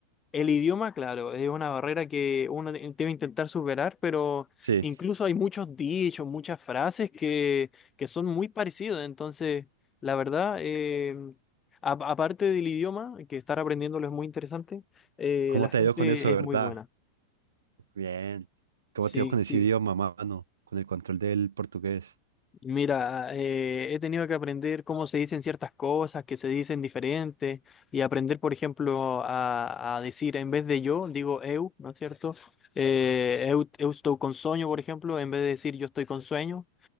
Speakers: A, on the left; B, on the right.
A: el idioma, claro, es una barrera que uno de- debe intentar superar, pero
B: Sí.
A: incluso hay muchos dichos, muchas frases que, que son muy parecidas. Entonces, la verdad, eh, a- aparte del idioma, que estar aprendiéndolo es muy interesante, eh,
B: ¿Cómo
A: la gente
B: te ha ido con eso,
A: es
B: verdad?
A: muy buena.
B: Bien. ¿Cómo
A: Sí,
B: te dio con
A: sí.
B: ese idioma, mano? Con el control del portugués.
A: Mira, eh, he tenido que aprender cómo se dicen ciertas cosas, que se dicen diferentes, y aprender, por ejemplo, a, a decir en vez de yo, digo eu, ¿no es cierto? Eh, eu, eu estou con sueño, por ejemplo, en vez de decir yo estoy con sueño.